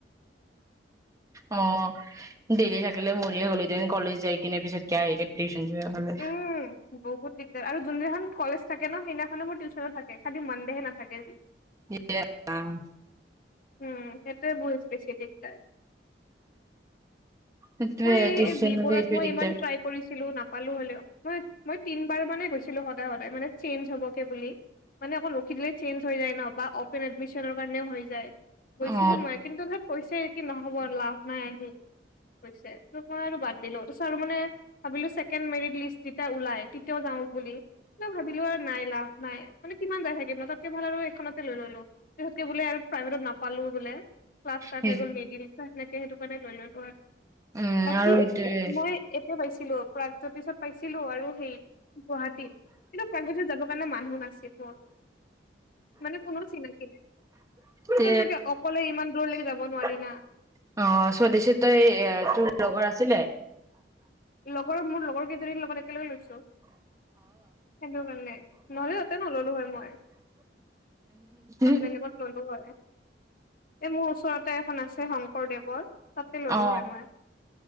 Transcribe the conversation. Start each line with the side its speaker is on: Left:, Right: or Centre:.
Right: অ' দেৰি থাকিলে মৰিয়ে গলি দে হেতেন, কলেজ যাই কিনে পিছত কিয় আহি হলে
Left: উম বহুত দিগদাৰ আৰু যোন দিনাখন কলেজ থাকে ন, সেইদিনাখনে মোৰ টিউচনো থাকে, খালি মনডেহে নাথাকে যি
Right: এ অ'।
Left: উম, সেইটো বেছি দিগদাৰ।
Right: সেইটোয়ে
Left: মই
Right: টিউচন
Left: এই বি-বৰুৱাত
Right: হলে এইটোয়ে
Left: মই
Right: দিগদাৰ
Left: ইমান ট্ৰাই কৰিছিলো নাপা পালো হ'লেও মই, মই তিন বাৰ মানে গৈছিলো সদায় সদায় মানে চেঞ্জ হ'বগে বুলি মানে অকণ ৰখি দিলে চেঞ্চ হৈ যায় ন, বা অপেন এডমিছনৰ কাৰণেও হৈ যায়। গৈছিলো
Right: অ
Left: মই কিন্তু ধৰ কৈছে কি নহ'ব লাভ নাই আহি কৈছে, ত' আৰু মই বাদ দিলো ত' ভাবিলো ছেকেণ্ড মেৰিট লিষ্ট যেতিয়া ওলাই তেতিয়াও যাওঁ বুলি ভাবিলো আৰু নাই লাভ নাই। মানে কিমান যাই থাকিম ন তাতকে ভাল আৰু এইখনতে লৈ ললো। পিছতকে বোলে প্ৰাইভেটত নাপা- পালো বোলে। ক্লাচ ষ্টাৰ্ট
Right: সেই
Left: হৈ গ'ল মেডিল সেনেকে সেইটো কাৰণে লৈ ললো আৰু
Right: উম
Left: বাকী
Right: আৰু সেইটোয়ে
Left: মই এতিয়া পাইছো। কিলো প্ৰাগজ্যোতিষত পাইছিলো আৰু সেই গুৱাহাটীত, কিন্তু প্ৰাগজোতিত যাবৰ কাৰণে মানুহ নাছিল মোৰ মানে কোনো চিনাকি নাই।
Right: তে
Left: সেনেকে অকলে ইমান দূৰলৈকে
Right: ',
Left: যাব নোৱাৰি না
Right: অ', স্বদেশী তই এ', তোৰ লগৰ আছিলে?
Left: লগৰ মোৰ লগৰ কেইজনীৰ লগতে, লৈ লৈছো সেইটো কাৰণে নহলে তাতে নললো হয় মই,
Right: অ
Left: বেলেগত ললো হয়। এই মোৰ উচৰত, তাতে এখন আছে শংকৰদেৱৰ তাতে ললো
Right: অ',
Left: হয়, মই।